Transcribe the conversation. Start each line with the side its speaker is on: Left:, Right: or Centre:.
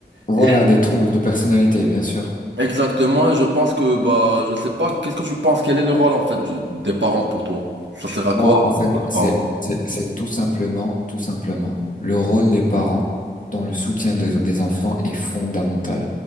Left: Voilà
Right: Et
Left: des troubles de personnalité, bien sûr.
Right: exactement, et je pense que, bah, je sais pas, qu'est-ce que tu penses? Quel est le rôle en fait du- des parents pour toi? Ça sert à quoi,
Left: Moi, en fait,
Right: les
Left: c'est,
Right: parents?
Left: c'est, c'est tout simplement, tout simplement, le rôle des parents dans le soutien de- des enfants est fondamental.